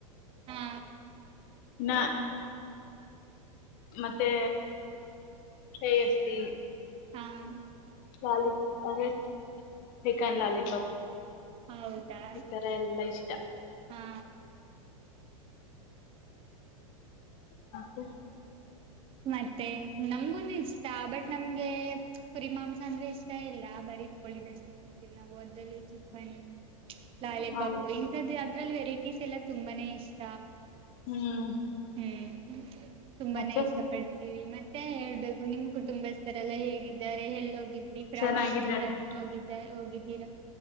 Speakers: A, on the right; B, on the left.
A: ಹಾ
B: ನ ಮತ್ತೆ ಸೇ ಅಸಿ
A: ಹಾ
B: ಲಾಲ ಅ ಚಿಕನ್ ಲಾಲ ಕಪ್
A: ಹೌದಾ
B: ಈತರ ಎಲ್ಲ ಇಷ್ಟ
A: ಹಾ
B: ಹಪ್ಪು
A: ಮತ್ತೆ ನಮಗುನು ಇಷ್ಟ ಬಟ್ ನಮ್ಗೆ ಕುರಿ ಮಾಂಸ ಅಂದ್ರೆ ಇಷ್ಟ ಇಲ್ಲ ಬರಿ ಒಿದಷ್ಟೇ ತಿಂತೀವಿ ನಾವು ದ ಚಿಕನ್ ಲಾಲಿಪಾಪ್
B: ಹೌದು
A: ಇ ಅದ್ರಲ್ಲಿ ವೆರೈಟೀಸ್ ಎಲ್ಲಾ ತುಂಬಾನೇ ಇಷ್ಟ
B: ಹ್ಮ್
A: ಹ್ಮ್ ತುಂಬಾನೇ
B: ಮತ್ತೆ
A: ಇಷ್ಟ ಪಡ್ತೀವಿ ಮತ್ತೆ ಹೇಳ್ಬೇಕು ನಿಮ್ ಕುಟುಂಬ ಈಥರ ಎಲ್ಲಾ ಹೇಗಿದ್ದಾರೆ ಎಲ್ಲೋಗಿದ್ರಿ ಪ್ರವಾಸ
B: ಚೆನ್ನಾಗಿದ್ದಾರೆ
A: ಎಲ್ಲ ಹೋಗಿದ್ದ ಹೋಗಿದ್ದೀರಾ